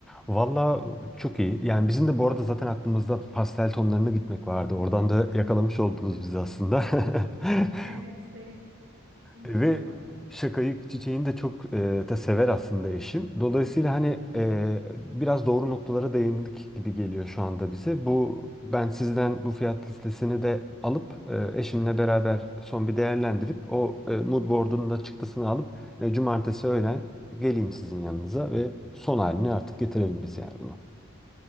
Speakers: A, in the centre; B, on the right.
A: Valla çok iyi. Yani bizim de bu arada zaten aklımızda pastel tonlarına gitmek vardı. Oradan da yakalamış oldunuz bizi aslında. <laughs>
B: Evet, sevindim
A: E, Ve
B: o zaman.
A: şakayı çiçeğini de çok e, da sever aslında eşim. Dolayısıyla hani e, biraz doğru noktalara değindik gibi geliyor şu anda bize. Bu ben sizden bu fiyat listesini de alıp e, eşimle beraber son bir değerlendirip o e, mood board'un da çıktısını alıp e, cumartesi öğlen geleyim sizin yanınıza ve son halini artık getirelim biz yani bunu.